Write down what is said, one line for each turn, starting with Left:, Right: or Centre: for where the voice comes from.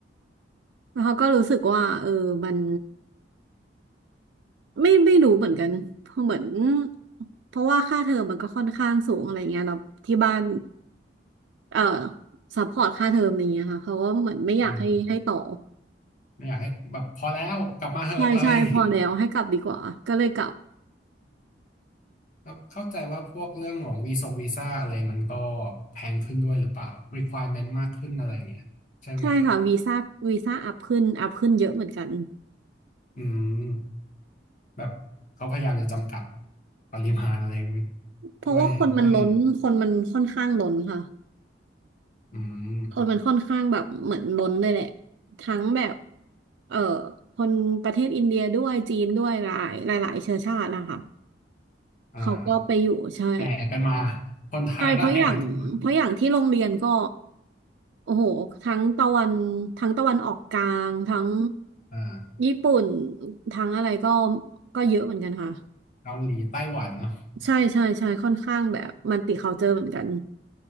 Right: แล้วเขาก็รู้สึกว่าเออมัน ไม่ไม่รู้เหมือนกันเพราะเหมือนเพราะว่าค่าเทอมมันก็ค่อนข้างสูงอะไรเงี้ยเราที่บ้านเอ่อซัพพอร์ตค่าเทอมอะไรเงี้ยค่ะเขาก็เหมือนไม่อยากให้ให้ต่อ
Left: อืมไม่อยากให้แบบพอแล้วกลับมาเหอะอะไรอย่างงี้
Right: ใช่ใช่พอแล้วให้กลับดีกว่าก็เลยกลับ
Left: แล้วเข้าใจว่าพวกเรื่องของวีซงวีซ่าอะไรมันก็แพงขึ้นด้วยหรือเปล่า requirement มากขึ้นอะไรอย่างเงี้ยใช่ไหมเอ่ย
Right: ใช่ค่ะวีซ่าวีซ่าอัพขึ้นอัพขึ้นเยอะเหมือนกัน
Left: อืมแบบเขาพยายามจะจำกัดปริมาณอะไร
Right: เพราะว่าคนมันล้นคนมันค่อนข้างล้นค่ะ
Left: ด้วยด้วยอืม
Right: คนมันค่อนข้างแบบเหมือนล้นเลยแหละทั้งแบบเอ่อคนประเทศอินเดียด้วยจีนด้วยหลายหลายหลายเชื้อชาตินะคะ
Left: อ่า
Right: เขาก็ไปอยู่ใช่
Left: แห่กันมาคนไทยก็แห่กันมา
Right: ใช่เพราะอย่างเพราะอย่างที่โรงเรียนก็โอ้โหทั้งตะวันทั้งตะวันออกกลางทั้ง
Left: อ่า
Right: ญี่ปุ่นทั้งอะไรก็ก็เยอะเหมือนกันค่ะ
Left: เกาหลีไต้หวันเนาะ
Right: ใช่ใช่ใช่ค่อนข้างแบบมันติเขาเจอเหมือนกัน